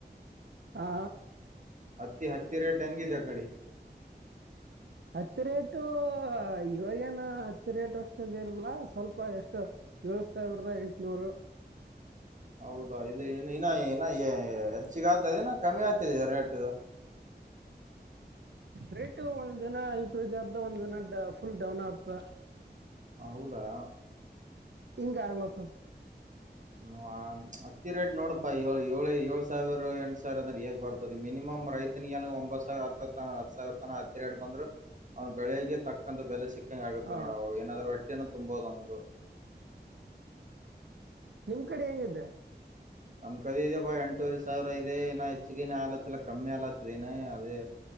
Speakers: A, on the right; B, on the right.
A: ಆ
B: ಹತ್ತಿ ಹತ್ತಿ ರೇಟ್ ಹೆಂಗಿದೆ ನಡಿ
A: ಹತ್ತಿ ರೇಟು ಇವಾಗೇನ ಹತ್ತಿ ರೇಟ್ ಅಷ್ಟೊಂದೇನಲ್ಲ ಸ್ವಲ್ಪ ಎಷ್ಟು ಏಳ್ ಸಾವಿರದ ಎಂಟನೂರು
B: ಹೌದಾ ಇದು ಇನ್ನ ಇನ್ನ ಹೆಚ್ಚಿಗ ಆಗ್ತದೆನ ಕಮ್ಮಿ ಆಗ್ತದೆ ಇದು ರೇಟ್ ಇದು
A: ರೇಟು ಒಂದ್ ದಿನ ಇಂಕ್ರೀಜ್ ಆದ್ದ ಒಂದ್ ದಿನ ಫುಲ್ ಡೌನ್ ಆದ್ದ
B: ಹೌದಾ
A: ಹಿಂಗ್ ಆಗ್ಲತ
B: <unintelligible> ಹತ್ತಿ ರೇಟ್ ನೋಡಪ್ಪಾ ಇವಾಗ್ ಏಳ್ ಏಳು ಸಾವಿರ ಎಂಟ ಸಾವಿರದ ಹೇಗ್ ಬರ್ತದೆ ಮಿನಿಮಮ್ ರೈತನಿಗ್ ಒಂಬತ್ ಸಾವಿರ ಹತ್ ಹತ್ ಸಾವಿರ ಹತ್ತಿ ರೇಟ್ ಬಂದ್ರು ಅವ್ನ್ ಬೆಳೆಗೆ ತಕ್ ಒಂದು ಬೆಲೆ ಸಿಕ್ ದಂಗ್ ಆಗುತ್ತೆ
A: ಹಾ
B: ನೋಡು ಅವಾಗ ಏನಾದ್ರು ಒಟ್ಟ್ ಹೊಟ್ಟೇನು ತುಂಬವುದು ಅವಂದು
A: ನಿಮ್ ಕಡೆ ಹೆಂಗಿದೆ
B: ನಮ್ ಕಡೇ ಇದೆ ಬಾ ಎಂಟೂವರೆ ಸಾವಿರ ಇದೆ ಇನ ಹೆಚ್ಚಗಿನ ಆಲತ್ತಲ್ಲ ಕಮ್ಮಿ ಆಲತ್ತದೆ ನ ಅದೇ